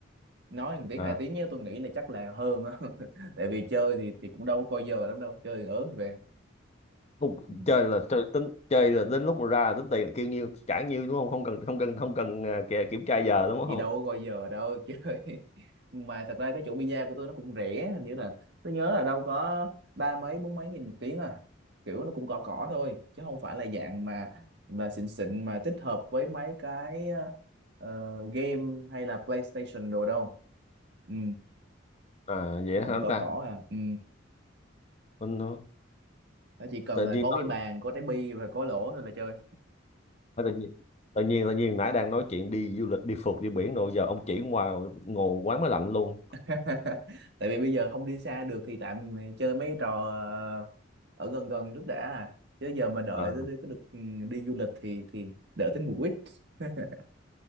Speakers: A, on the right (about 55°); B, on the left (about 35°).
A: nói một tiếng
B: à
A: hai tiếng nhé tôi nghĩ là chắc là hơn á <laughs> tại vì chơi thì thì cũng đâu có coi giờ lắm đâu chơi ớn về
B: không,
A: ừ.
B: chơi là chơi tính chơi là đến lúc mà ra là tính tiền là kêu nhiêu trả nhiêu đúng không không cần không cần không cần à, kìa, kiểm tra giờ đúng
A: thì
B: không
A: đâu có coi giờ đâu <laughs> chơi mà thật ra cái chỗ pizza của tôi nó cũng rẻ hình như là tôi nhớ là đâu có ba mấy bốn mấy nghìn một tiếng à kiểu nó cũng cỏ cỏ thôi chứ không phải là dạng mà mà xịn xịn mà tích hợp với mấy cái ờ, game hay là PlayStation đồ đâu ừ.
B: à vậy
A: nó cũng
B: hả anh
A: cỏ
B: ta
A: cỏ à ừ.
B: mình nói
A: nó chỉ cần
B: tự
A: là
B: nhiên
A: có
B: nói
A: cái bàn có trái bi và có lỗ thôi là chơi
B: à, tự nhiên tự nhiên tự nhiên nãy đang nói chuyện đi du lịch đi phượt đi biển rồi giờ ông chỉ ngoài ngồi quán máy lạnh luôn
A: <laughs> tại vì bây giờ không đi xa được thì tạm mày chơi mấy trò ờ, ở gần gần trước đã à chứ giờ mà đợi
B: à,
A: tới được, được ừ, đi du lịch thì thì đợi tới mùa quýt <laughs>